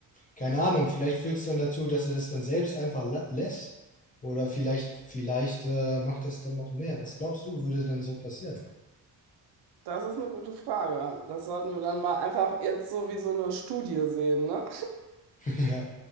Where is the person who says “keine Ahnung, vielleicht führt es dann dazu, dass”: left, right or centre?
Left